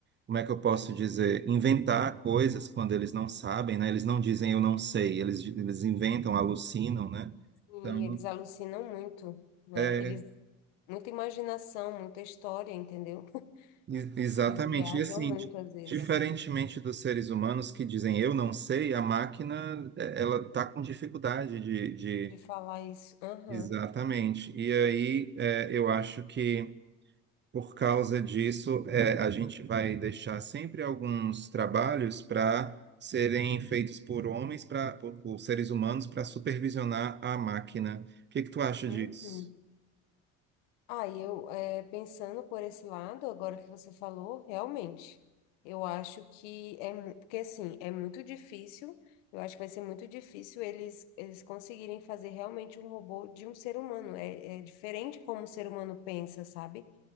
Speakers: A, on the right; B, on the left.
A: como é que eu posso dizer, inventar coisas quando eles não sabem, né? Eles não dizem eu não sei, eles, eles inventam, alucinam, né?
B: Sim,
A: Então,
B: eles alucinam muito, né?
A: é,
B: Eles, muita imaginação, muita história, entendeu?
A: e-
B: <laughs>
A: exatamente.
B: Eles viajam
A: E assim,
B: muito
A: di-
B: às vezes.
A: diferentemente dos seres humanos que dizem eu não sei, a máquina, é, ela está com dificuldade de, de...
B: de falar isso. Aham.
A: Exatamente. E aí, é, eu acho que Por causa disso, é, a gente vai deixar sempre alguns trabalhos para serem feitos por homens, pra, por, por seres humanos, para supervisionar a máquina. O que que tu acha
B: Uhum.
A: disso?
B: Aí eu, é, pensando por esse lado, agora que você falou, realmente, eu acho que é, mu- porque assim, é muito difícil, eu acho que vai ser muito difícil eles, eles conseguirem fazer realmente um robô de um ser humano, é, é diferente como o ser humano pensa, sabe?